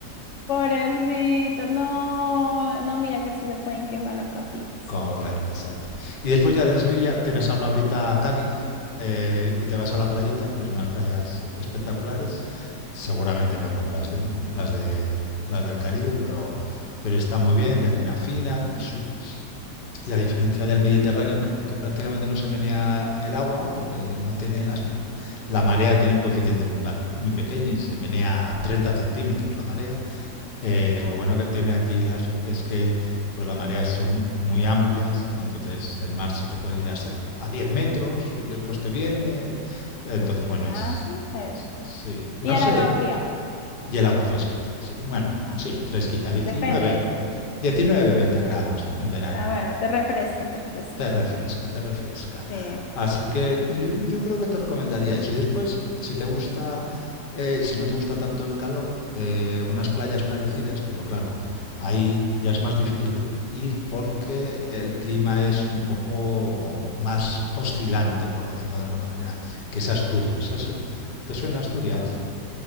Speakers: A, on the left; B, on the left.
A: Pobrecito, no, no, mira que se le pueden quemar las patitas.
B: Correcto, exacto. Y después ya de Sevilla tienes a una horita a Cádiz eh, y te vas a la playita, que son unas playas espectaculares. Seguramente no como las de las de las del Caribe, pero pero están muy bien, de harina fina. su- y a diferencia del Mediterráneo, que, que prácticamente no se menea el agua, porque no tiene las, ma- la marea tiene un coeficiente muy, pa- muy pequeño y se menea 30 centímetros la marea, eh,
A: Oh,
B: lo bueno que tiene aquí las, es que pues las mareas son muy amplias y entonces el mar se te puede ir a, a 10 metros y después te viene. Entonces, bueno,
A: ah,
B: es...
A: súper
B: Sí, no
A: Y el
B: sé.
A: agua fría.
B: Y el agua fresquita. Sí, bueno,
A: Ah,
B: sí,
A: sí,
B: fresquita.
A: sí.
B: diecinueve
A: Depende, sí, sí, sí.
B: diecinueve 20 grados en verano.
A: Ah, bueno, te refresca, te refresca.
B: Te refresca, te refresca.
A: Sí,
B: Así que yo, yo creo que te recomendaría eso. Y después, si te gusta, eh, si no te gusta tanto el calor, eh, unas playas parecidas, pero claro, ahí ya es más difícil ir porque el clima es un poco más oscilante, por decirlo de alguna manera, que es Asturias. ¿Has- ¿Te suena Asturias?
A: oh,